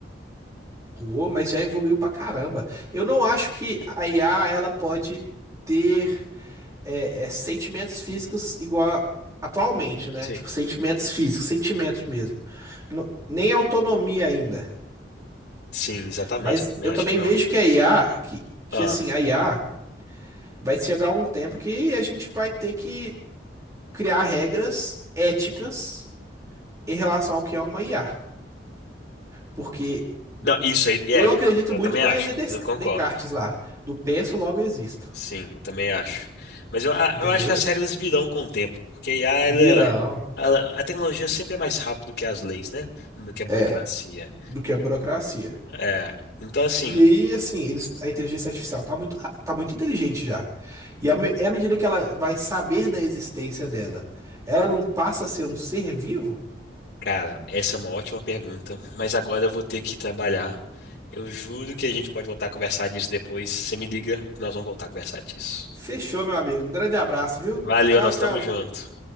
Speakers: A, on the right; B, on the left.
A: Pô, mas já evoluiu pra caramba. Eu não acho que a IA ela pode ter é, é sentimentos físicos igual atualmente, né?
B: Sei.
A: Tipo, sentimentos físicos, sentimentos mesmo. No- nem autonomia ainda.
B: Sim, exatamente.
A: Mas
B: Eu também
A: eu
B: acho
A: também
B: que não.
A: vejo que a IA, que, que
B: Ah,
A: assim, a IA vai chegar um tempo que a gente vai ter que criar regras éticas em relação ao que é uma IA. Porque
B: não, isso aí, é,
A: eu acredito
B: eu
A: muito
B: também
A: no
B: acho,
A: René Des-
B: eu, eu concordo.
A: Descartes lá, do penso, logo existo,
B: Sim, eu também acho. Mas eu, a-
A: entendeu?
B: eu acho que as regras virão com o tempo, porque a IA, ela-
A: Viral.
B: ela- a tecnologia sempre é mais rápida do que as leis, né? Do que a burocracia.
A: É, do que a burocracia.
B: É, então, assim,
A: E aí, assim, eles, a inteligência artificial tá muito, ra- tá muito inteligente já. E à me- é à medida que ela vai saber da existência dela, ela não passa a ser um ser vivo?
B: cara, essa é uma ótima pergunta, mas agora eu vou ter que trabalhar. Eu juro que a gente pode voltar a conversar disso depois. Você me liga que nós vamos voltar a conversar disso.
A: Fechou, meu amigo. Um grande abraço, viu?
B: Valeu,
A: Tchau,
B: nós
A: tchau.
B: estamos juntos